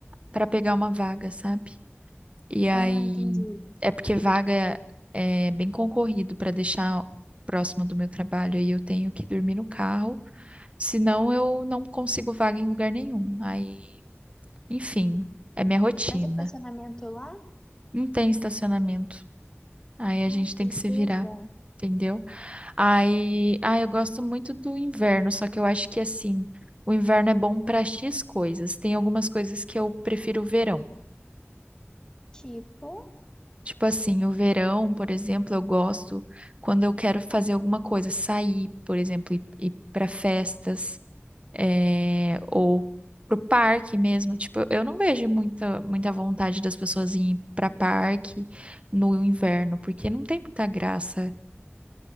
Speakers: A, on the right; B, on the left.
A: pra pegar uma vaga, sabe? E aí,
B: Ah, entendi.
A: é porque vaga é bem concorrido para deixar próximo do meu trabalho, aí eu tenho que dormir no carro, senão eu não consigo vaga em lugar nenhum. Aí, enfim, é minha rotina.
B: Mas é estacionamento lá?
A: Não tem estacionamento. Aí a
B: Ai,
A: gente
B: que
A: tem
B: tristeza.
A: que se virar, entendeu? Aí, ah, eu gosto muito do inverno, só que eu acho que assim, o inverno é bom para X coisas. Tem algumas coisas que eu prefiro o verão.
B: Tipo?
A: Tipo assim, o verão, por exemplo, eu gosto quando eu quero fazer alguma coisa, sair, por exemplo, ir, ir para festas, eh, ou pro parque mesmo. Tipo, eu não vejo muita, muita vontade das pessoas irem para parque no inverno, porque não tem muita graça.